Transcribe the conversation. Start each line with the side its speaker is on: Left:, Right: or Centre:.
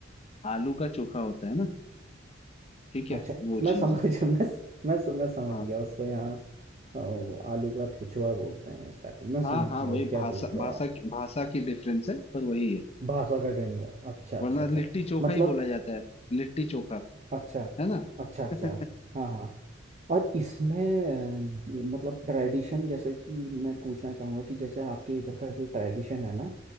Left: आलू का चोखा होता है ना ठीक है
Right: अच्छा
Left: वो
Right: मैं
Left: चीज
Right: समझ
Left: है
Right: <laughs> मैं मैं मैं समझ
Left: हाँ
Right: गया उसको यहाँ अ, वो
Left: हाँ
Right: आलू का ठेचुआ बोलते हैं इस टाइप मैं
Left: हाँ
Right: समझ
Left: हाँ,
Right: गया
Left: वही
Right: वो क्या
Left: भाषा
Right: बोल रहे
Left: भाषा
Right: हो आप
Left: की भाषा की डिफरेंस है पर वही है
Right: भाषा का डंडा अच्छा अच्छा
Left: वरना
Right: अच्छा
Left: लिट्टी चोखा
Right: मतलब
Left: ही बोला जाता है लिट्टी चोखा
Right: अच्छा
Left: है ना
Right: अच्छा अच्छा
Left: <laughs>
Right: हाँ हाँ और इसमें अ, ये मतलब ट्रेडिशन जैसे कि मैं पूछना चाहूँगा कि जैसे आपके इधर का जो ट्रेडिशन है ना